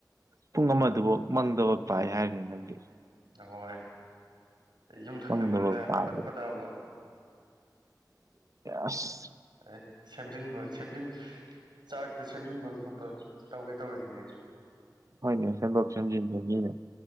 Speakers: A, on the right; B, on the right.
A: ꯄꯨꯡ ꯑꯃꯗꯨꯐꯥꯎ ꯃꯪꯗꯕ ꯄꯥꯏ ꯍꯥꯏꯔꯦ ꯅꯪꯗꯤ
B: ꯑꯍꯣꯏ ꯌꯨꯝ ꯊꯪꯅꯕꯅꯤꯅ
A: ꯃꯪꯗꯐꯥꯎ ꯄꯥꯏ
B: ꯀꯠꯂꯛꯄꯗꯕ
A: ꯑꯁ
B: ꯑꯦ ꯁꯦꯝꯖꯤꯟꯕ ꯁꯦꯝꯖꯤꯟ ꯆꯥꯛꯇ ꯁꯦꯝꯖꯤꯟꯕ ꯈꯣꯠꯄ ꯇꯧꯒꯦ ꯇꯧꯔꯤꯅꯦ
A: ꯍꯣꯏꯅꯦ ꯁꯦꯝꯗꯣꯛ ꯁꯦꯝꯖꯤꯟꯁꯦ ꯃꯤꯅ